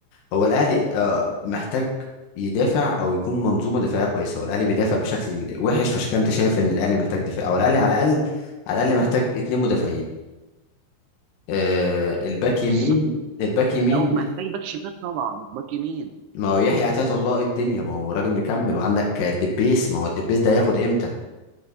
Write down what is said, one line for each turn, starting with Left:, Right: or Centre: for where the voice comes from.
Left: هو الاهلي آه، محتاج يدافع او يكون منظومه دفاعيه كويسه هو الاهلي بيدافع بشكل وحش فعشان كده انت شايف ان الاهلي محتاج دفاع او الاهلي على الاقل على الاقل محتاج اتنين مدافعين آه الباك
Right: بالظبط
Left: يمين الباك يمين
Right: لا هو محتاج باك شمال طبعا مش باك يمين
Left: ما هو يحيى عطية الله إيه الدنيا ما هو راجل مكمل وعندك دبيس ما هو الدبيس ده هياخد امتى